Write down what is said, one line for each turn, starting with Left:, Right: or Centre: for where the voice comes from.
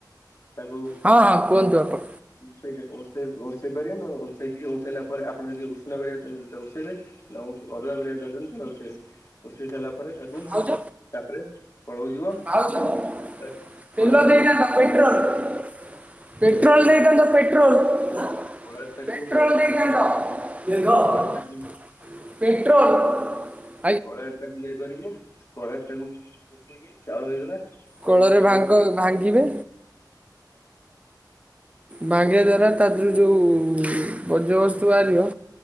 Left: ତାକୁ।
Right: ହଁ ହଁ କୁହନ୍ତୁ ଆପଣ
Left: ଉଁସେଇକି ଉଁସେଇ ଉଁସେଇ ପାରିବେ ନ ଉଁସେଇକି ଉଁସେଇଲା ପରେ ଆପଣ ଯଦି ଉଷୁନା କରିବାକୁ ଚାହୁଁଛନ୍ତି ତାକୁ ଉସେଇବେ। ନା ଉ ଅରୁଆ କରିବାକୁ ଚାହୁଁଛନ୍ତି ତାହେଲେ ଉସେଇବେନି। ଉଁଷେଇ ସାରିଲା ପରେ ତାକୁ
Right: ଭାଉଜ
Left: ତାପରେ କଳକୁ ଯିବ।
Right: <unintelligible>
Left: କଳରେ ତାକୁ
Right: ପେଟ୍ରୋଲ୍
Left: କଳରେ ତାକୁ
Right: ଦେଇଥାନ୍ତ
Left: ଚାଷ
Right: ପେଟ୍ରୋଲ୍।
Left: କଳରେ
Right: ପେଟ୍ରୋଲ୍
Left: ତାକୁ
Right: ଦେଇଥାନ୍ତ।
Left: କଳରେ ତାକୁ
Right: ପେଟ୍ରୋଲ୍।
Left: କଳେରେ ତାକୁ ଇଏ କରିକି କଳେରେ ତାକୁ ଚାଉଳ ହେଇଗଲା। ଆଉ
Right: କୋଳରେ
Left: ସେ ଚାଉଳକୁ
Right: ଭାଙ୍ଗ ଭାଙ୍ଗିବେ ଭାଙ୍ଗିବା ଦ୍ଵାରା ତା ଦେହରୁ ଯୋଉ ବଜ୍ୟବସ୍ତୁ ବାହାରିବ